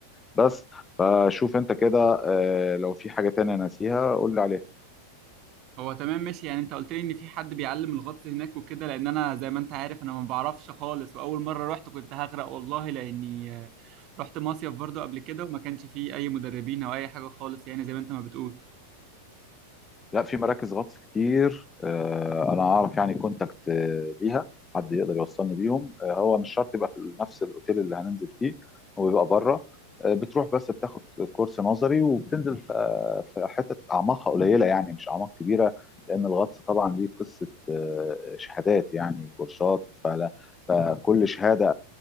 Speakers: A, on the left; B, on the right.
A: بس فشوف انت كده آه، لو في حاجه تانية ناسيها قول لي عليها
B: هو تمام ماشي يعني انت قلت لي ان في حد بيعلم الغطس هناك وكده لان انا زي ما انت عارف انا ما بعرفش خالص واول مرة رحت كنت هغرق والله لاني آه، رحت مصيف برضو قبل كده وما كانش فيه اي مدربين او اي حاجة خالص يعني زي ما انت ما بتقول
A: لا في مراكز غطس كتير آه، انا اعرف يعني كونتاكت آه، ليها حد يقدر يوصلني بيهم آه، هو مش شرط يبقى في نفس الاوتيل اللي هننزل فيه هو بيبقى بره آه، بتروح بس بتاخد كورس نظري وبتنزل في آه، في حتت اعماقها قليله يعني مش اعماق كبيره لان الغطس طبعا ليه قصه آه، شهادات يعني كورسات فلا فكل شهاده